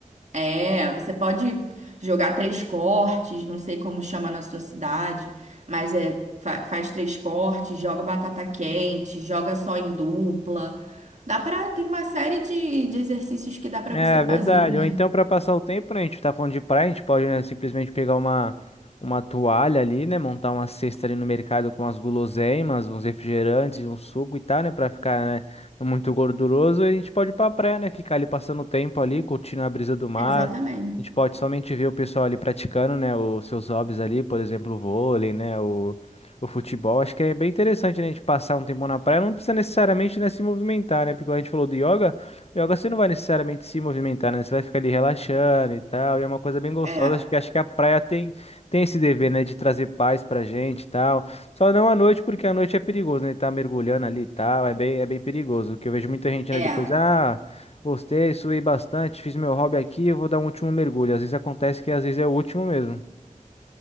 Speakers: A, on the right; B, on the left.
A: É, você pode jogar três cortes, não sei como chama na sua cidade, mas é fa- faz três cortes, joga batata quente, joga só em dupla. Dá pra, tem uma série de, de exercícios que dá pra
B: É
A: você fazer.
B: verdade. Ou então,
A: né?
B: para passar o tempo, né? A gente tá falando de praia, a gente pode, né, simplesmente pegar uma, uma toalha ali, né? Montar uma cesta ali no mercado com as guloseimas, uns refrigerantes, um suco e tal, né? Pra ficar, né, muito gorduroso. E a gente pode ir pra praia, né? Ficar ali passando o tempo ali, curtindo a brisa do mar.
A: Exatamente.
B: A gente pode somente ver o pessoal ali praticando, né? Os seus hobbies ali, por exemplo, o vôlei, né? O, o futebol. Acho que é bem interessante, né? A gente passar um tempo na praia. Não precisa necessariamente, né, se movimentar, né? Porque como a gente falou do yoga. Yoga você não vai necessariamente se movimentar, né? Você vai ficar ali relaxando e tal. E é uma coisa bem gostosa.
A: É,
B: Acho que, acho que a praia tem, tem esse dever, né? De trazer paz pra gente e tal. Só não à noite, porque à noite é perigoso, né? Tá mergulhando ali e tal. É bem, é bem perigoso. Que eu vejo muita gente,
A: é,
B: né? Depois, ah, gostei, suei bastante, fiz meu hobby aqui, eu vou dar um último mergulho. Às vezes acontece que às vezes é o último mesmo.